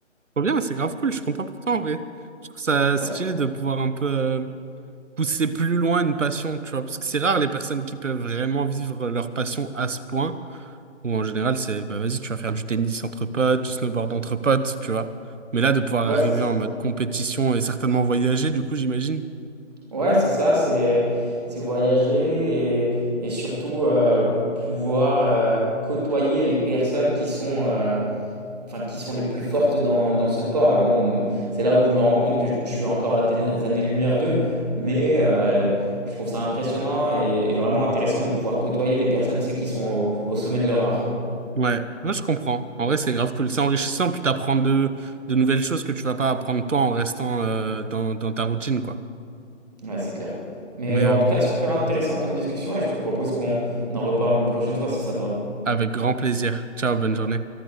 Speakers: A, on the right; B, on the right.
A: Trop bien, c'est grave cool, je suis content pour toi en vrai. Je trouve ça
B: Ouais.
A: stylé de pouvoir un peu euh, pousser plus loin une passion, tu vois, parce que c'est rare les personnes qui peuvent vraiment vivre leur passion à ce point, où en général c'est, bah vas-y, tu vas faire du tennis entre potes, du snowboard entre potes, tu vois. Mais là, de pouvoir
B: Ouais,
A: arriver
B: c'est ça.
A: en mode compétition et certainement voyager, du coup, j'imagine.
B: Ouais, c'est ça, c'est c'est voyager et, et surtout euh, pouvoir euh, côtoyer les personnes qui sont, euh, enfin, qui sont les plus fortes dans, dans ce sport. Et bon, c'est là où je me rends compte que je suis encore à des années-lumière d'eux, mais euh, je trouve ça impressionnant et, et vraiment intéressant de pouvoir côtoyer des personnes, tu sais, qui sont au, au sommet de leur art.
A: Ouais, moi je comprends. En vrai, c'est grave cool, c'est enrichissant, puis t'apprends de, de nouvelles choses que tu vas pas apprendre toi en restant euh, dans, dans ta routine, quoi.
B: Ouais, c'est clair. Mais
A: Mais euh,
B: en tout cas, super intéressant comme discussion et je te propose qu'on en reparle une prochaine fois si ça te va.
A: avec grand plaisir. Ciao, bonne journée.